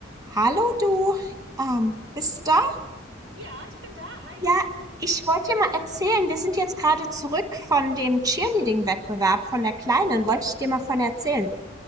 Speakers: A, on the right; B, on the right.
A: Hallo du, ähm, bist du da?
B: Ja, ich bin da. Hi.
A: Ja, ich wollte dir mal erzählen, wir sind jetzt gerade zurück von dem Cheerleading-Wettbewerb von der Kleinen, wollte ich dir mal von erzählen.